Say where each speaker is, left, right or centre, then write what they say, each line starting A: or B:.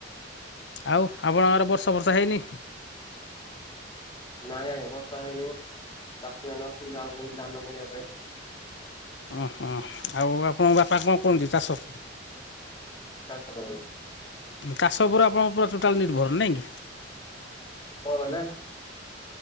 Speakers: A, on the left; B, on the left.
A: ଆଉ ଆପଣଙ୍କର ବର୍ଷା ବର୍ଷା ହେଇନି?
B: ନାଇଁ ଆଜ୍ଞା ବର୍ଷା ହେଇନି ମ। ଚାଷୀ ମାନେ ଆସିକି ଧାଉଁଚନ୍ତି ଧାନ ବୁଣିବା ପାଇଁ।
A: ଓ ହଁ ଆଉ ଆପଣଙ୍କ ବାପା କଣ କୁହନ୍ତି ଚାଷ।
B: ଚାଷ କରନ୍ତି।
A: ଚାଷ ଉପରେ ଆପଣଙ୍କ ପୁରା ଟୋଟାଲ ନିର୍ଭର ନାଇଁ କି?
B: <unintelligible>